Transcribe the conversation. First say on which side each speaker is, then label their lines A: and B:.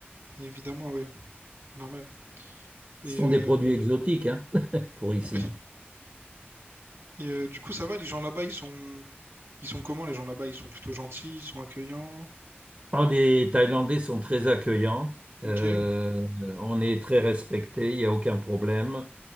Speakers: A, on the right; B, on the right.
A: Évidemment, oui, normal. Et,
B: Ce sont
A: euh,
B: des produits exotiques, hein, <laughs> pour ici.
A: <laughs> ouais. Et euh, du coup, ça va, les gens là-bas, ils sont... ils sont comment les gens là-bas? Ils sont plutôt gentils, ils sont accueillants.
B: Ah, les Thaïlandais sont très accueillants. Euh,
A: Ok,
B: on est très respecté, il n'y a aucun problème.